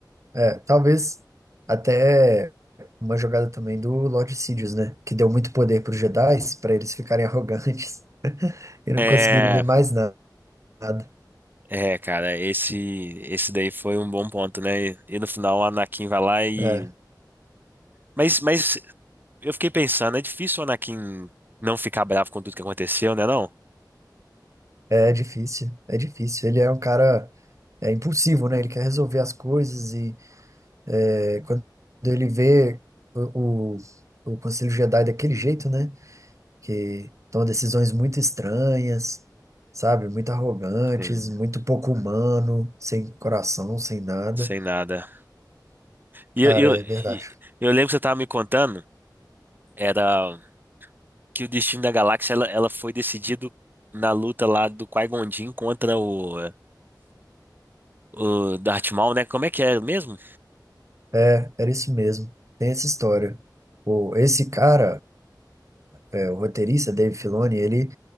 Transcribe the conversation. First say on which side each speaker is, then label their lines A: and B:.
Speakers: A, on the right (about 45°); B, on the right (about 25°).
A: É, talvez até uma jogada também do Lord Sidious, né? Que deu muito poder para os Jedi, para eles ficarem arrogantes <laughs> e não
B: É,
A: conseguirem ver mais na- nada.
B: é, cara, esse, esse daí foi um bom ponto, né? E, no final, o Anakin vai lá e.
A: É,
B: Mas, mas Eu fiquei pensando, é difícil o Anakin não ficar bravo com tudo que aconteceu, né, não?
A: é difícil, é difícil. Ele é um cara é, impulsivo, né? Ele quer resolver as coisas e é, quando ele vê o, o, o Conselho Jedi daquele jeito, né? Que toma decisões muito estranhas, sabe? Muito arrogantes,
B: Sim.
A: muito pouco humano, sem coração, sem nada.
B: Sem nada. E
A: Cara,
B: eu, eu,
A: é verdade.
B: e- eu lembro que você tava me contando, era que o destino da galáxia, ela, ela foi decidido na luta lá do Qui-Gon Jinn contra o, o Darth Maul, né? Como é que é mesmo?
A: É, era isso mesmo. Tem essa história. O, esse cara, é, o roteirista, Dave Filoni, ele